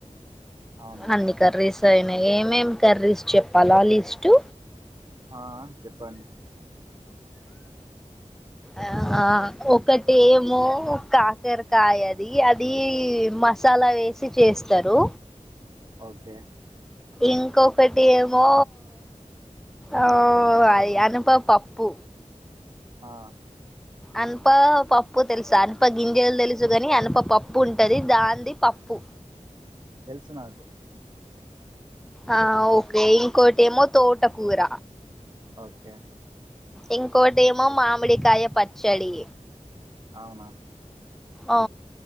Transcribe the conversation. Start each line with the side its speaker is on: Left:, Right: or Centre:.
Right: అవునా
Centre: అన్ని కర్రీస్ సరేనా ఏమేమి కర్రీస్ చెప్పాలా లిస్టు
Right: ఆ చెప్పండి
Centre: ఆ ఆ ఒకటేమో కాకరకాయది అది మసాలా వేసి చేస్తరు
Right: ఓకే
Centre: ఇంకొకటి ఏమో ఆ అనుప్ప పప్పు
Right: ఆ
Centre: అనుప్ప పప్పు తెలుసా అనుప్ప గింజలు దెలుసు గాని అనుప్ప పప్పు ఉంటది దాంది పప్పు
Right: తెలుసు నాకు
Centre: ఆ ఓకే ఇంకోటి ఏమో తోటకూర
Right: ఓకే
Centre: ఇంకోటేమో మామిడి కాయ పచ్చడి
Right: అవునా
Centre: ఆ